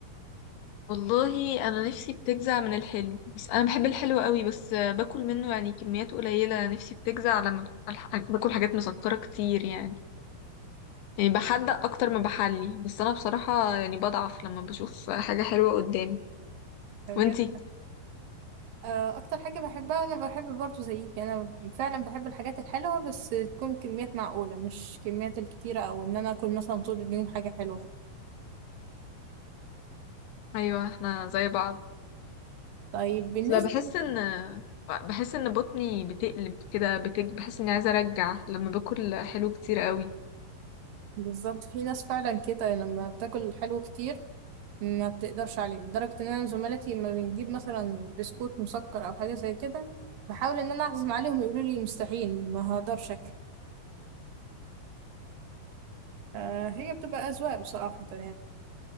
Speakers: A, on the left; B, on the right.
A: والله انا نفسي بتجزع من الحلو بس انا بحب الحلو قوي بس باكل منه يعني كميات قليلة نفسي بتجزع لما بتبقى الح- باكل حاجات مسكرة كتير يعني يعني بحدق اكتر ما بحلي بس انا بصراحة يعني بضعف لما بشوف حاجة حلوة قدامي
B: بجد؟
A: وانتي
B: آه، أكتر حاجة بحبها أنا بحب برضه زيك أنا فعلا بحب الحاجات الحلوة بس تكون كميات معقولة مش كميات الكتيرة أو إن أنا أكل مثلا طول اليوم حاجة حلوة
A: ايوه احنا زي بعض
B: طيب بالنسبة
A: لا بحس ان بحس ان بطني بتقلب كده بتج... بحس اني عايزة ارجع لما باكل حلو كتير قوي
B: بالظبط في ناس فعلا كده لما بتاكل الحلو كتير ما بتقدرش عليه لدرجة ان انا زملاتي لما بنجيب مثلا بسكوت مسكر او حاجة زي كده بحاول ان انا اعزم عليهم يقولوا لي مستحيل ما هقدرش اكل آه هي بتبقى اذواق بصراحة يعني